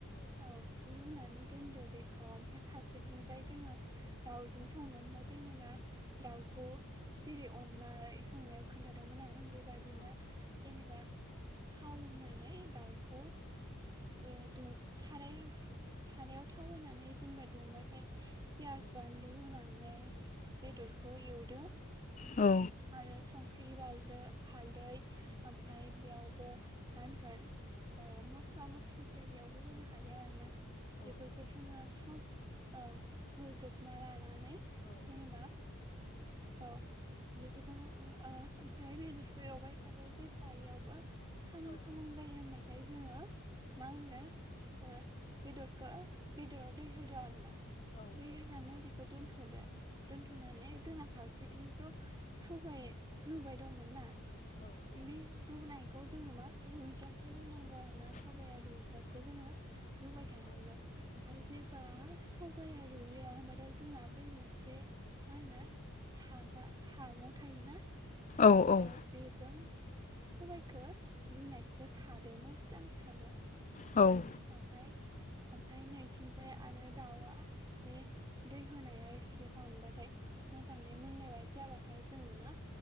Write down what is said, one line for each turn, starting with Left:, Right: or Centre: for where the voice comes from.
Right: औ रुनानै दोनदो बेखौ ओमफ्राय फारसेथिंजाय जोङो दाउजों संगोनबा जेनेबा दाउखौ जेरै अनला संनायाव खोन्थादोंमोन आं बेबादिनो जेनेबा थाव होनानै दाउखौ ओ दुं साराय सारायाव थाव होनानै जेनेबा दुंबाथाय पियास बानलु होनानै बेदरखौ एवदो
Left: औ।
Right: आरो संख्रि बालदै हालदै ओमफाय बेयावबो मा होनगोन ओ मस्ला मस्लि फोर बेयावबो होनो हायो आरोना बेफोरफोरखो जोङो सब औ होजोबना लानानै जेनेबा औ बेफोरखौ उम ओमफ्राय बेदरखौ एवबाय थादो जेब्ला इयावबो खामहां खामहां जायो होनबाथाय जोङो मा होनगोन। ओ बेदरखो बेदराव दै होदो आरो ना। दै होनानै बेखौ दोन्थ'दो दोन्थ'नानै जोंना फारसेथिंथ' सबाइ रुबाय दंमोन ना बे रुनायखौ जोङो मा रुइजासे रुनांगौ आरो ना। सबाया रुइजासे जोङो रुबाय थानो थानांगो ओमफ्राय जेब्ला सबाया रुइयो होनबाथाय जोंना बै मोनसे मा होनो सागा सागं थायोना
Left: औ औ
Right: ओ बेजों सबायखौ रुनायखौ साद मोजाङै साद
Left: औ
Right: ओमफ्राय ओमफ्राय नैथिंजाय आरो दाउआ बे दै होनाया एसे रानबाथाय मोजाङै मोननाय बा जाबाथाय जों मा